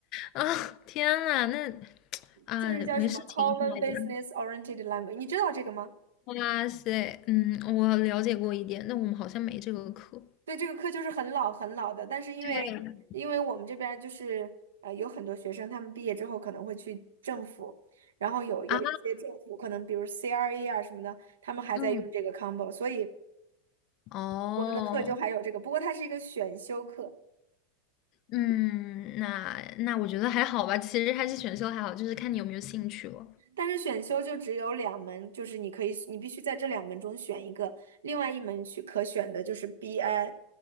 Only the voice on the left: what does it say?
啊！天呐，那啊，
没事，挺好的。
哇塞，嗯，我了解过一点，那我们好像没这个课。
对，
啊，
嗯，
哦，
嗯，那那我觉得还好吧，其实还是选修还好，就是看你有没有兴趣了。